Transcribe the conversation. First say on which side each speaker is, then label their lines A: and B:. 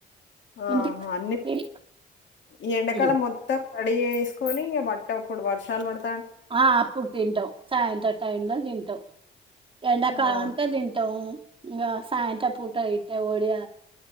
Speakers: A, on the left; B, on the right.
A: ఆహా
B: ఇంటికి
A: అన్ని
B: పిల్
A: ఈ ఎడాకాలాం
B: హ్మ్.
A: మొత్తం అడి వేసుకొని ఇంక బట్ట అప్పుడు వర్షాలు పడు
B: ఆ అప్పుడు తింటాం సాయంత్రం టై లో తింటాం ఎండాకాలం
A: ఆ!
B: అంతా తింటాం ఇంకా సాయంత పూట ఇట్టే ఒడియ